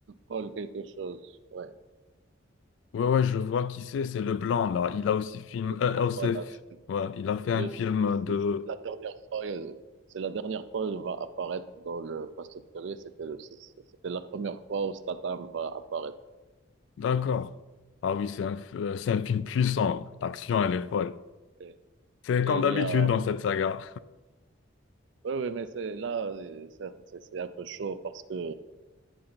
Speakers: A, on the right; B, on the left.
A: Paul quelque chose, ouais.
B: Ouais, ouais, je vois qui c'est, c'est le blanc, là. Il a aussi film,
A: Le,
B: euh,
A: ah,
B: aussi-
A: voilà,
B: f-
A: c'est-
B: ouais, il a fait
A: le,
B: un film
A: le 6,
B: de...
A: c'est la dernière fois, euh, c'est la dernière fois où il va apparaître dans le Fast and Furious, c'était le 6. C'était la première fois où Statham va apparaître.
B: D'accord. Ah oui, c'est un, f- euh, c'est un film puissant. L'action, elle est folle.
A: Et,
B: C'est
A: et
B: comme
A: il
B: d'habitude
A: y a,
B: dans cette saga.
A: Oui, oui, mais c'est là, c'est c'est- c'est un peu chaud parce que